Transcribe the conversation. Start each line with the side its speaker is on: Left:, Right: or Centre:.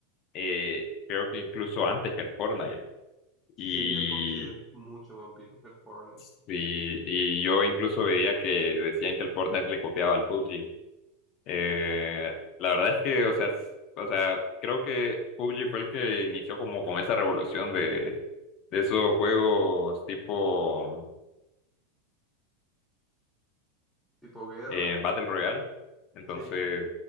Left: eh, creo que incluso antes que el Fortnite. Y,
Centre: Sí, el PUBG es mucho más viejo que el Fortnite.
Left: sí, y yo incluso veía que decían que el Fortnite le copiaba al PUBG. Eh, la verdad es que, o sea, s- o sea, creo que PUBG fue el que inició como con esa revolución de, de esos juegos tipo
Centre: Tipo guerra,
Left: en Battle Royale. Entonces,
Centre: sí,